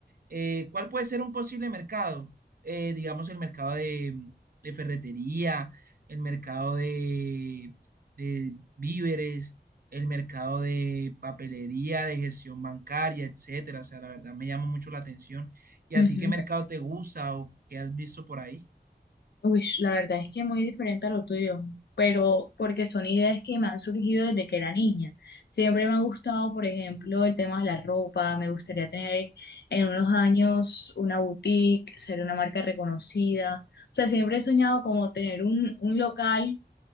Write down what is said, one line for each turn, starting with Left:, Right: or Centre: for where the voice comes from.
Right: Eh, ¿cuál puede ser un posible mercado? Eh, digamos el mercado de de ferretería el mercado de, de víveres, el mercado de papelería, de gestión bancaria, etcétera. O sea, la verdad me llama mucho la atención. ¿Y
Left: Ujú.
Right: a ti qué mercado te gusta o qué has visto por ahí?
Left: Uy, la verdad es que muy diferente a lo tuyo, pero porque son ideas que me han surgido desde que era niña. Siempre me ha gustado, por ejemplo, el tema de la ropa. Me gustaría tener en unos años una boutique, ser una marca reconocida. O sea, siempre he soñado como tener un, un local